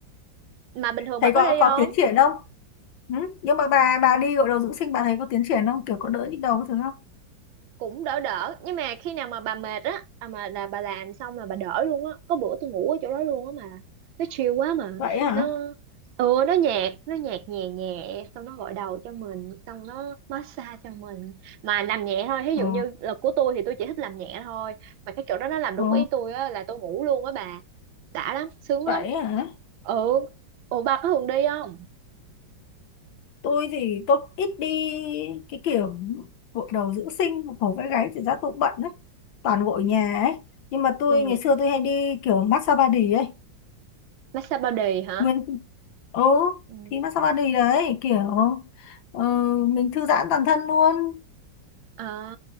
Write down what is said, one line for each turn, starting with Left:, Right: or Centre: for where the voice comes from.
Right: Mà bình thường
Left: thấy
Right: bà có
Left: có
Right: đi
Left: có
Right: không?
Left: tiến triển không ừ? nhưng mà bà bà đi gội đầu dưỡng sinh bà thấy có tiến triển không kiểu có đỡ nhức đầu cái thứ không
Right: cũng đỡ đỡ nhưng mà khi nào mà bà mệt á à mà là bà làm xong là bà đỡ luôn á có bữa tôi ngủ ở chỗ đó luôn á mà nó chill quá mà
Left: vậy hả
Right: nó ừ nó nhạt nó nhạt nhẹ nhẹ xong nó gội đầu cho mình xong nó massage cho mình mà làm nhẹ thôi ví dụ
Left: ờ,
Right: như là của tôi thì tôi chỉ thích làm nhẹ thôi mà cái chỗ đó nó làm đúng
Left: ờ,
Right: ý tôi á là tôi ngủ luôn á bà đã lắm sướng
Left: vậy
Right: lắm
Left: hả
Right: ừ ủa bà có thường đi không
Left: tôi thì tôi ít đi cái kiểu gội đầu dưỡng sinh cổ vai gáy thì ra tôi cũng bận đấy toàn gội nhà ấy nhưng mà tôi
Right: ừ
Left: ngày xưa tôi hay đi kiểu massage body ấy
Right: massage body hả
Left: nguyên ố
Right: ừ.
Left: thì massage body đấy kiểu ờ, mình thư giãn toàn thân luôn
Right: À,